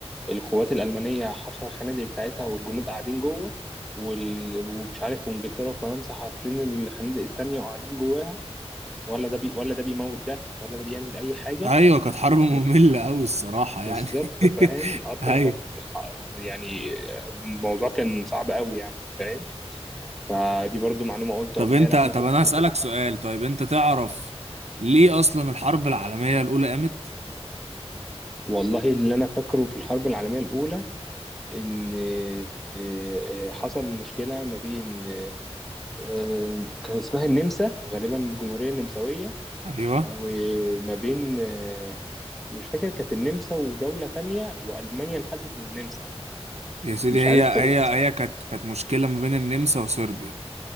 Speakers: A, in the centre; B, on the right.
A: القوات الالمانيه حفره الخنادق بتاعتها والجنود قاعدين جوه وال... ومش عارف وانجلترا وفرنسا حافرين الخنادق التانية وقاعدين جواها ولا ده بي... ولا ده بيموت ده ولا ده بيعمل اي حاجه
B: أيوه كانت حرب مملة
A: و-
B: أوي الصراحة
A: بالظبط
B: يعني
A: فاهم
B: <laughs>
A: اصلا
B: أيوه
A: كانت يعني الموضوع كان صعب قوي يعني فاهم فدي برضو معلومه قلت
B: طب
A: اقولها
B: انت
A: لك ممكن
B: طب انا
A: تكون
B: هسألك سؤال طيب انت تعرف ليه اصلا الحرب العالمية الاولى قامت
A: والله اللي انا فاكره في الحرب العالميه الاولى ان آه، آه، حصل مشكله ما بين آه، كان اسمها النمسا غالبا الجمهوريه النمساويه
B: ايوه
A: وما بين آه، مش فاكر كانت النمسا ودوله تانية والمانيا انحازت للنمسا
B: يا سيدي
A: مش
B: هي
A: عارف
B: هي
A: كانت
B: هي كانت كانت مشكلة ما بين النمسا وصربيا